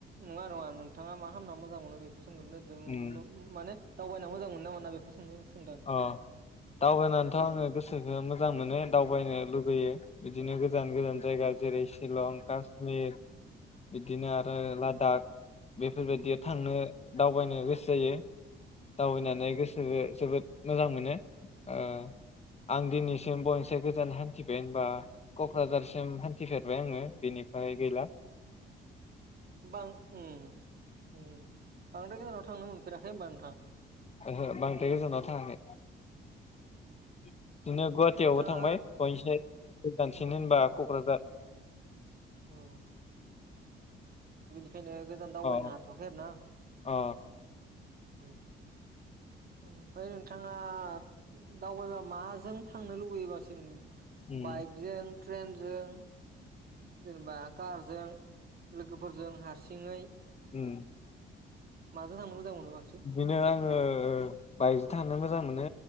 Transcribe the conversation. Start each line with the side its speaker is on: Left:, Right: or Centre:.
Right: नङा नङा नोंथाङा मा खामना मोजां मोनो बेखौ सोंग्रोनोदों
Left: उम
Right: माने दावबायना मोजां मोनो ना मोना बेखौ सोंनो? सोंदां
Left: अ दावबायनानैथ आङो
Right: नेक्स्ट
Left: गोसोखो मोजां मोनो दावबायनो लुुबैयो बिदिनो गोजान गोजान जायगा जेरै सि शिलं काश्मिर बिदिनो आरो
Right: ओमफ्राय
Left: लादाख बे बेफोरबायदि थांनो
Right: अ
Left: दावबायनो गोसो जायो दावबायनानै गोसोखो
Right: औ
Left: जोबोद मोजां मोनो ओ आं दिनैसिम बयनिसिम बांसिन गोजान हान्थिबाय होनबा कक्राझारसिम हान्थिफेरबाय आङो बिनिफ्राय गैला
Right: बां ‌उम उम बांद्राय गोजानाव थांनो मोनफेराखै होनबा नोंथां?
Left: ओहो बांद्राय गोजानाव थाङाखै। इदिनो गुवाहाटियावबो
Right: नोंथाङा
Left: थांबाय बयनिसाय गोजानसिन
Right: उम
Left: होनबा क'क्राझार
Right: औ बेखायनो गोजान दावबायनो
Left: अ
Right: हाथ'खै आरो ना
Left: अ
Right: औ उमफ्राय नोंथाङा उम उम दावबायबा माजों थांनो लुबैगासिनो
Left: उम
Right: बाइकजों ट्रेनजों जेनेबा कारजों लोगोफोरजों हारसिङै
Left: उम
Right: माजों थांनो मोजां मोनो बांसिन
Left: बिदिनो आङो बाइकजों थांनो मोजां मोनो।